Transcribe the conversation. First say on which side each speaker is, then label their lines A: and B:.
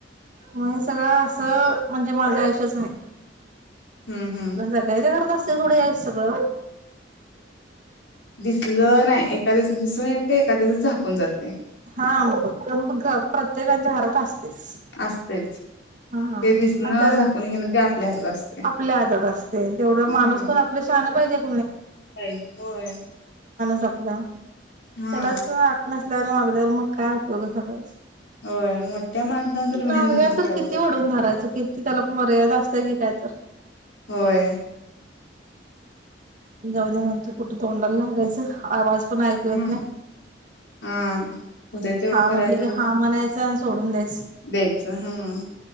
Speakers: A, on the right; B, on the left.
A: मग हे सगळं असं म्हणजे माझ्या आयुष्याचं नाई
B: हम्म हम्म
A: सगळ्याच्या घरात असतय सोडा हे सगळं
B: दिसलं नाही एखाद्याच दिसून येते एखाद्याच झाकून जातय.
A: हा अंब प्रत्येकच्या घरात असतेस.
B: असतेच
A: हा, हा
B: ते दिसणं
A: आमच
B: झाकून घेणं ते आपल्या हातात असते
A: आपल्या हातात असते तेवढ
B: हम्म
A: माणूस पण आपल्या. न‌ पाहिजेत
B: पाहिजे. होय!
A: आपलं
B: हा
A: त्यालाच अक्कल नसल्याने वागल्यावर मग काय उपयोग सकाळ-
B: होय मोठ्या माणसान तर मेन
A: लहानग्या
B: धरून
A: तर
B: ठेवायचं
A: किती
B: असते
A: वडून धरायचं किती त्याला मर्यादा असत सगी काय तर.
B: होय!
A: जाऊ द्या म्हणतो, कुठं तोंडाला लागायचं? आवाज पण ऐकू
B: हम्म.
A: नाही.
B: हा होते तेवढं
A: हा
B: करायचं
A: म्हटल की
B: आणि
A: हा म्हणायचं अन सोडून द्यायचं.
B: द्यायचं हम्म